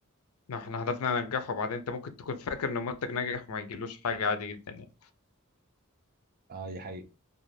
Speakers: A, on the left; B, on the right.
A: ما احنا هدفنا ننجحه وبعدين انت ممكن تكون فاكر ان المنتج ناجح وما يجيلوش حاجه عادي جدا يعني
B: اه دي حقيقة